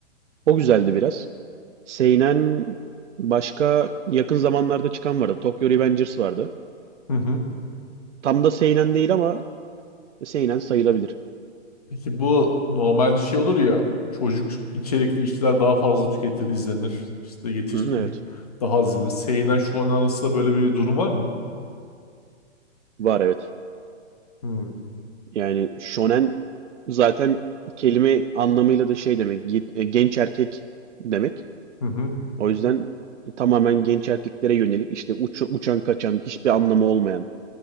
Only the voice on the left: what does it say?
Hı hı.
Peki bu normalde şey olur ya çocuk içerikli işler daha fazla tüketilir, izlenir. İşte yetişkinlik
daha az izlenir. Seinen şu an arasında böyle bir durum var mı?
Hmm.
Hı hı.